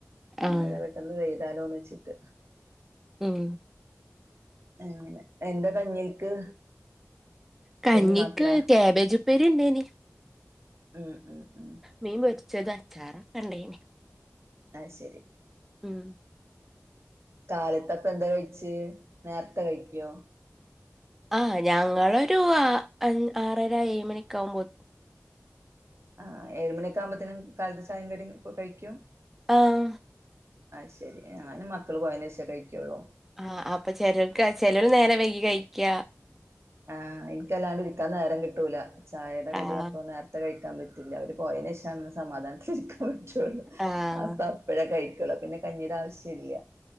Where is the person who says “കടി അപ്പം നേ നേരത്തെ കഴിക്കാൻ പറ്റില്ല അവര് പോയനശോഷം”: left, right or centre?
Right